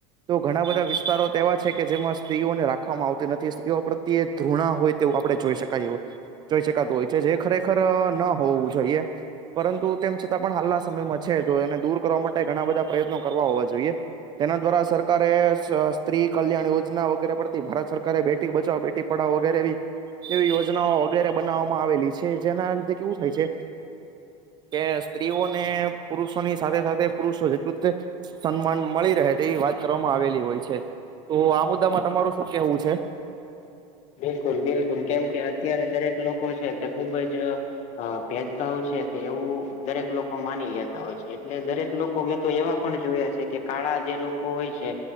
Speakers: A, on the right; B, on the left.
A: તો ઘણા બધા વિસ્તારો તો એવા છે કે જેમાં સ્ત્રીઓને રાખવામાં આવતી નથી સ્ત્રીઓ પ્રત્યે ધૃણા હોય તેવું આપણે જોઈ શકાય એવું જોઈ શકાતું હોય છે જે ખરેખર ન હોવું જોઈએ. પરંતુ તેમ છતાં પણ હાલના સમયમાં છે જો એને દૂર કરવા માટે ઘણા બધા પ્રયત્નો કરવા હોવા જોઈએ. તેના દ્વારા સરકારે સ સ્ત્રી કલ્યાણ યોજના વગેરે પડતી ભારત સરકારે બેટી બચાવ બેટી પણ વગેરે એવી એવી યોજનાઓ વગેરે બનાવવામાં આવેલી છે જેના અંતે કેવું થાય છે કે સ્ત્રીઓને પુરુષોની સાથે સાથે પુરુષો જેટલું તે સન્માન મળી રહે તેવી વાત કરવામાં આવેલી હોય છે, તો આ મુદ્દામાં તમારું શું કહેવું છે?
B: બિલકુલ બિલકુલ કેમ કે અત્યારે દરેક લોકો છે તે ખુબ જ અ ભેદભાવ છે તે એવું દરેક લોકો માની લેતા હોય છે એટલે દરેક લોકો મેં તો એવા પણ જોયા છે કે કાળા જે લોકો હોય છે